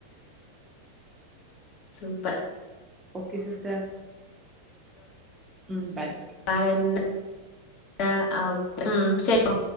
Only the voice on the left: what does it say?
super
வேற என்ன அ ம் செரி ஓ